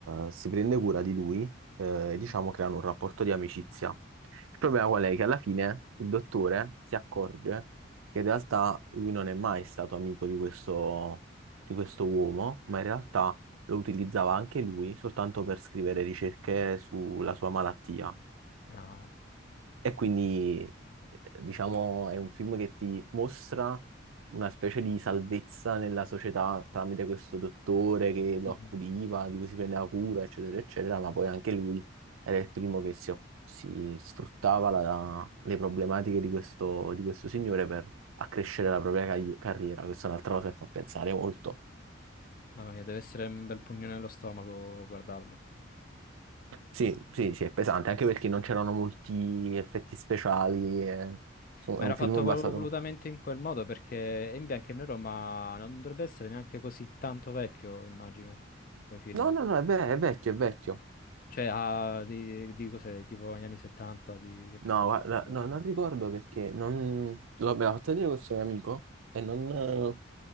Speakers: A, on the right (about 85°); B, on the left (about 45°).
A: eh, si prende cura di lui eh,
B: Mhm.
A: e diciamo creano un rapporto di amicizia. Il problema qual è? Che alla fine il dottore si accorge che in realtà lui non è mai stato amico di questo, di questo uomo, ma in realtà
B: Mhm.
A: lo utilizzava anche lui soltanto per scrivere ricerche sulla sua malattia.
B: Ah.
A: E quindi, eh, diciamo, è un film che ti mostra una specie di salvezza nella società tramite questo dottore che lo
B: Mhm.
A: accudiva, di cui si prendeva cura, eccetera, eccetera, ma poi anche lui era il primo che si, oc- si sfruttava la- le problematiche di questo, di questo signore per accrescere la propria cagli- carriera. Questa è un'altra cosa che fa pensare molto.
B: Mamma mia, deve essere un bel pugno nello stomaco guardarlo.
A: Sì, sì, sì, è pesante, anche perché non c'erano molti effetti speciali.
B: Mm.
A: eh. So-
B: Ma
A: È un
B: era fatto
A: film
B: vol-
A: basato
B: volutamente in quel modo perché è in bianco e nero, ma non dovrebbe essere neanche così tanto vecchio, immagino, come film.
A: No, no, no, è, ve- è vecchio, è vecchio.
B: Cioè, ha di, di cos'è, tipo negli anni 70, di che periodo?
A: No, guarda,
B: Forse proprio
A: no, non
B: prima.
A: ricordo perché non... lo- me l'ha fatto vedere questo mio amico e non, eh,